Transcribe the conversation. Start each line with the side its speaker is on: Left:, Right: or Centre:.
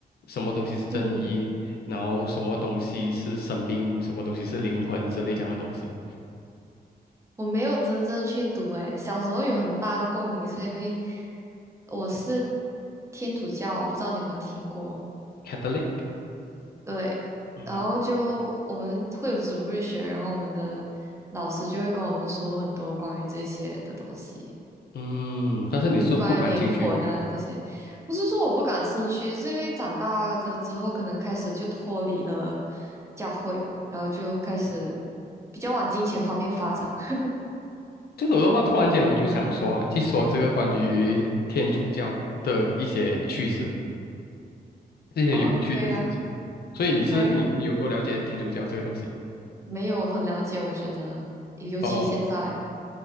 Left: 什么东西是正义，
Right: 嗯，
Left: 然后什么东西是生命，什么东西是灵魂之类这样的东西。
Right: 我没有真正去读，诶，小时候有很大的共鸣，是因为我是天主教，我不知道你有没有听过。
Left: Catholic，
Right: 对，
Left: 嗯哼
Right: 然后就我们会有主日学，然后我们的老师就会跟我们说很多关于这些的东西。
Left: 嗯，但是你是不感兴趣。
Right: 嗯，关于灵魂啊这些，不是说我不感兴趣，是因为长大了之后，可能开始就脱离了教会嘛，然后就开始比较往金钱方面发展。<laughs>
Left: 这首的话，突然间我就想说，去说这个关于天主教的一些趣事，这些有趣的事情。
Right: 哦，可以啊，
Left: 所以你是你你有多了解天主教这个东西？
Right: 可以啊，没有很了解，我觉得，尤其现在
Left: 哦哦，